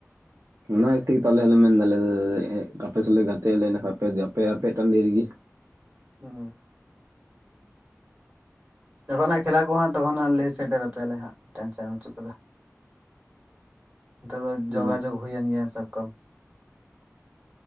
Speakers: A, on the right; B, on the right.
A: ᱚᱱᱟ ᱛᱮᱜᱮ ᱛᱚ ᱟᱞᱮ ᱦᱚᱞᱮ ᱢᱮᱱ ᱫᱟᱞᱮ ᱟᱯᱮ ᱥᱟᱞᱟᱜ ᱜᱟᱛᱮ ᱟᱞᱮ ᱮᱱᱟ ᱠᱷᱟᱱ ᱟᱯᱮ ᱟᱯᱮ ᱴᱟᱺᱰᱤ ᱨᱮᱜᱮ
B: ᱦᱮᱸ ᱡᱚᱠᱷᱚᱱ ᱦᱟᱜ ᱠᱷᱮᱞᱟ ᱠᱚ ᱦᱟᱸᱜ ᱛᱚᱠᱷᱚᱱ ᱦᱟᱸᱜ ᱞᱟᱹᱭ ᱥᱮᱴᱮᱨ ᱟᱯᱮᱭᱟᱞᱮ ᱦᱟᱸᱜ ᱴᱮᱱᱥᱮᱱ ᱵᱟᱪᱩᱜ ᱠᱟᱫᱟ᱾ ᱱᱚᱛᱮ ᱫᱚ
A: ᱦᱩᱸ
B: ᱡᱚᱜᱟᱡᱚᱜᱽ ᱦᱩᱭᱮᱱ ᱜᱮᱭᱟ ᱥᱟᱵ ᱠᱟᱢ᱾